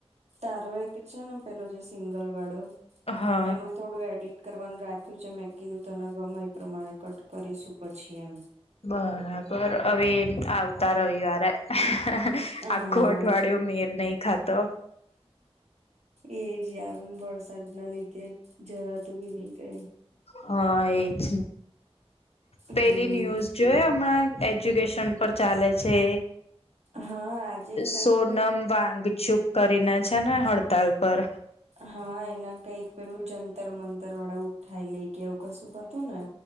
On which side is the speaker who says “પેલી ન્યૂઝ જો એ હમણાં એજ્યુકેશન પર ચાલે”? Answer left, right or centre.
Left